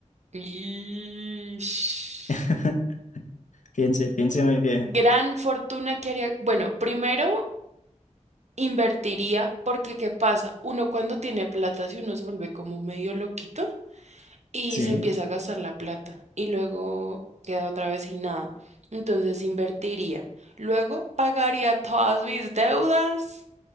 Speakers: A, on the right; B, on the left.
A: Ish.
B: <laughs> Piense, piense muy bien.
A: Gran fortuna que haría. Bueno, primero invertiría, porque ¿qué pasa? Uno cuando tiene plata, si uno se vuelve como medio loquito. y
B: Sí.
A: se empieza a gastar la plata y luego queda otra vez sin nada. Entonces invertiría. Luego pagaría todas mis deudas.